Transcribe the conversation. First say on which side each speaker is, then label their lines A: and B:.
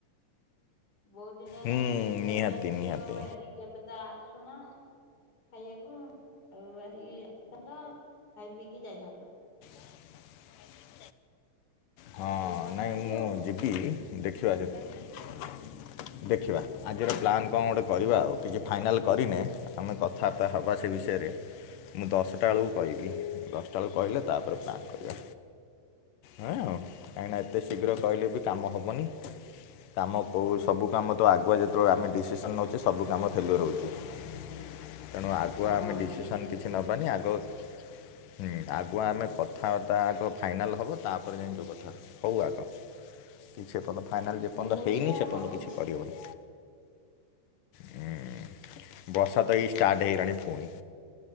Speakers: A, on the left (about 25°); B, on the left (about 80°).
A: ବହୁତ ଦିନ ହେଲାଣି
B: ହୁଁ
A: ସେ ସେଭଳିଆ
B: ନିହାତି
A: ସୁଯୋଗ
B: ନିହାତି
A: ମିଳିନି କେବେ ତ ଆସୁନ। ଖାଇବାକୁ ଆଉ ଆଜି ଆସିଥାନ୍ତ ଖାଇ ପିଇକି ଯାଇଥାନ୍ତ।
B: <inaudible> ହଁ
A: ଆଜି ପ୍ରୋଗ୍ରାମ
B: ନାଇଁ
A: ଟା ଏଇଠି
B: ମୁଁ
A: ହଉ
B: ଯିବି ଦେଖିବା ଯଦି। ଦେଖିବା ଆଜିର ପ୍ଲାନ୍ କଣ ଗୋଟେ କରିବା ଆଉ କିଛି ଫାଇନାଲ୍ କରିନେ। ଆମେ କଥାବାର୍ତ୍ତା ହବା ସେ ବିଷୟରେ। ମୁଁ ଦଶଟା ବେଳକୁ କହିବି ଦଶଟା ବେଳକୁ କହିଲେ ତାପରେ ପ୍ଲାନ୍ କରିବା। ହଁ
A: ହୁଁ
B: କାଇଁକିନା ଏତେ ଶୀଘ୍ର କହିଲେ ବି କାମ ହେବନି କାମ ଭୋଉ
A: ହୁଁ
B: ସବୁ କାମ ତ ଆଗୁଆ ଯେତେବେଳେ ଆମେ ଡିସିସନ୍ ନେଉଚେ ସବୁ କାମ ଫେଲୁଅର ହେହୁଚି। ତେଣୁ ଆଗୁଆ
A: ହଁ
B: ଆମେ ଡିସିସନ୍
A: ଠିକ କଥା
B: କିଛି ନେବାନି ଆଗ ହୁଁ ଆଗୁଆ ଆମେ କଥାବାର୍ତା ଆଗ ଫାଇନାଲ୍ ହବ ତାପରେ ଯାଇଁ ଯୋଉ କଥା। ହଉ ଆଗା କି ସେପର୍ଯ୍ୟନ୍ତ ଫାଇନାଲ ଯେ ପର୍ଯ୍ୟନ୍ତ
A: ମୁଁ ବି
B: ହେଇନି
A: ସେୟା
B: ସେ ପର୍ଯ୍ୟନ୍ତ
A: ଭାବୁଛି।
B: କିଛି କରହବନି। ହୁଁ ବର୍ଷା ତ ଏଇ ଷ୍ଟାର୍ଟ
A: ସେୟା
B: ହେଇଗଲାଣି ପୁଣି।